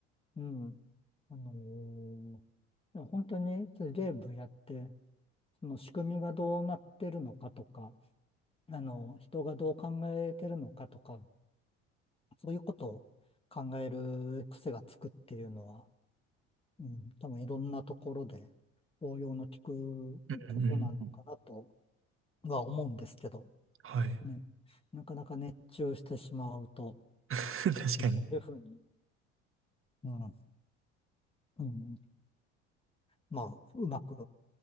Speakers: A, on the left; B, on the right.
A: うん。あのーいや本当にそういうゲームやって、その仕組みがどうなってるのかとか、あの、人がどう考えてるのかとか、そういうことを考える癖がつくっていうのは、うん、多分いろんなところで応用の効くことなのかなと
B: うんうんうん。
A: は思うんですけど、
B: はい。
A: ね、なかなか熱中してしまうと、
B: <laughs> 確かに。
A: そういうふうに、うん、うん、まあ、うまく、